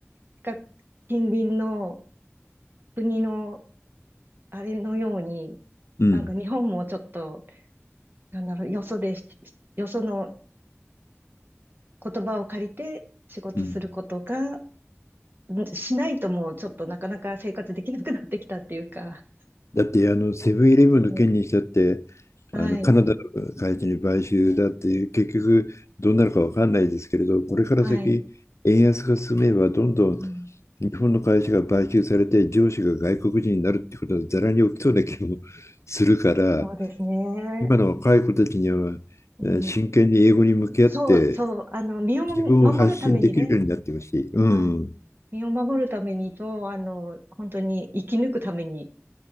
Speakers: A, on the right (about 45°); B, on the left (about 80°).
A: 近く、近隣の国の、あれのように、
B: う。うん。
A: なんか日本もちょっと、なんだろう、よそでし、よその言葉を借りて仕事することが、
B: うん。
A: んしないともうちょっとなかなか生活できなくなってきたっていうか。
B: だって、あの、セブンイレブンの件にしたって、
A: <laughs> はい。
B: あの、カナダの会社に買収だっていう、
A: はい。
B: 結局どうなるかわかんないですけれど、これから先、
A: はい。
B: 円安が進めば、どんどん
A: うん、
B: 日本の会社が買収されて上司が外国人になるってことはざらに起きそうな気もするから、
A: そうですね。
B: 今の若い子たちにはえー真剣に英語に向き合って
A: うん、そう、そう。あの、身を守るためにね。
B: 自分を発信できるようになってほしい。うん。
A: はい。身を守るためにと、あの、本当に生き抜くために、